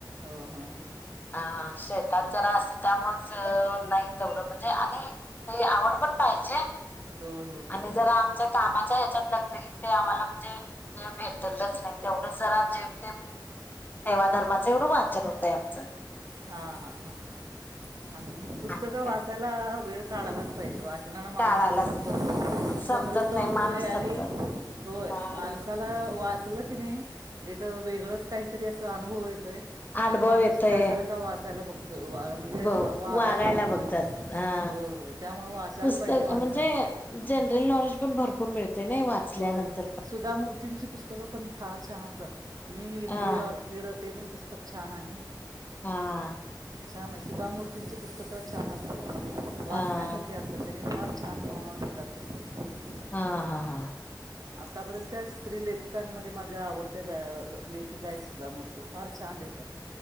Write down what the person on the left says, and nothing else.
ह शेतात जरा असत त्यामुळेच नाही तेवढं म्हणजे आणि ते आवड पण पाहि- विज्या
आणि जरा आमच्या- कामाच्या ह्याच्यात दगदगीत ते आम्हाला म्हणजे वेळ भेटतच नाही तेवढं जरा जे- सेवा धर्माचं एवढं वाचन होतय आमचं.
आणि काय
काढायलाच
समजत
नाही माणूस समजत
अ
अनुभव
येतोय
ब
बघतात हा
पुस्तक
म्हणजे जनरल नॉलेज पण भरपूर मिळते नाही वाचल्यानंतर
पण
हा
हा
हा
हा हा हा